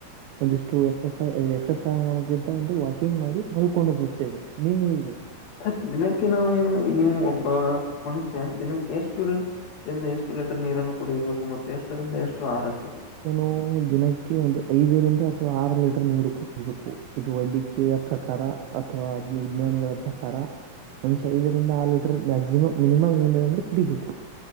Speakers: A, on the right (about 85°); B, on the left (about 80°).
A: ಒಂದಿಷ್ಟು ಎಕ್ಸಸೈದು ಎಕ್ಸಸೈ ನ ಕಿಂಗ್ ಮಾಡಿ ಮಲ್ಕೊಂಡು ಬಿಡ್ತೇವೆ ನೀವು ಹೇಗೆ
B: ಸರ್, ದಿನಕ್ಕೆ ನಾವು ನೀವು ಒಬ್ಬ ಮನುಷ್ಯ ದಿನಕ್ಕೆ ಎಷ್ಟ ಎಷ್ಟು ಲೀಟರ್ ನೀರನ್ನು ಕುಡಿಯಬೇಕು ಮತ್ತು ಎಷ್ಟರಿಂದ ಎಷ್ಟು ಆರಸಿ
A: ನಾನು ದಿನಕ್ಕೆ ಒಂದು ಐದರಿಂದ ಅಥವಾ ಆರು ಲೀಟರ್ ನೀರು ಕುಡಿಯಬೇಕು ಇದು ವೈದ್ಯಕೀಯ ಪ್ರಕಾರ ಅಥವಾ ಅ ವಿಜ್ಞಾನಿಗಳತ ಪ್ರಕಾರ್ ಐದರಿಂದ ಆರು ಲೀಟರ್ ಮಕ್ಸಿಮಮ್ ಮಿನಿಮಮ್ ಏನೇಂದ್ರರೆ ಕುಡಿಬೇಕು